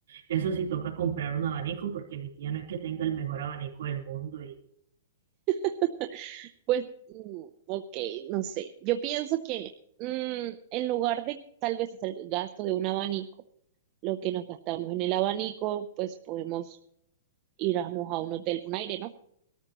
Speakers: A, on the right; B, on the right.
A: eso sí toca comprar un abanico porque mi tía no es que tenga el mejor abanico del mundo y
B: <laughs> pues, mm, ok, no sé. Yo pienso que mm, en lugar de tal vez hacer gasto de un abanico, lo que nos gastamos en el abanico, pues podemos irnos a un hotel con aire, ¿no?